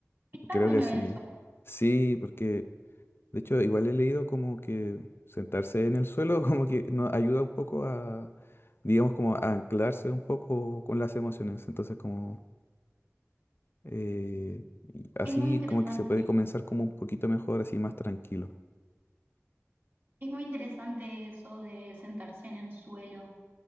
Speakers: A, on the right (about 40°); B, on the left (about 45°).
A: Está
B: creo
A: bueno
B: que así,
A: eso,
B: sí, porque de hecho igual he leído como que sentarse en el suelo <laughs> como que nos ayuda un poco a, digamos, como a anclarse un poco con las emociones. Entonces como eh, y así
A: es muy interesante.
B: como que se puede comenzar como un poquito mejor, así más tranquilo.
A: Es muy interesante eso de sentarse en el suelo.